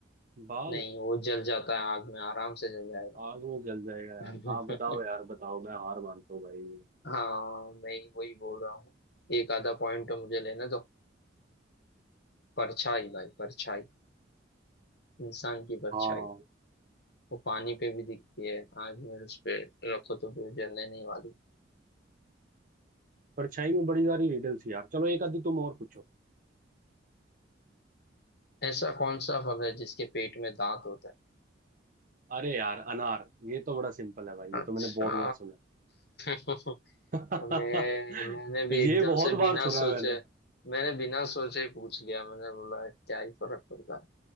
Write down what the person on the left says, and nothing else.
नहीं वो जल जाता है आग में आराम से जल जाएगा
<laughs>
हाँ मैं वही बोल रहा हूँ एक आधा पॉइंट तो मुझे लेना दो परछाई भाई परछाई इंसान की परछाई
वो पानी पे भी दिखती है आग में उस पे रखो तो भी वो जलने नहीं वाली
ऐसा कौन सा फल है जिसके पेट में दांत होता है
अच्छा
<laughs>
मैं मैंने भी
एकदम
से बिना
सोचे
मैंने बिना सोचे ही पूछ लिया मैंने बोला क्या ही फर्क पड़ता है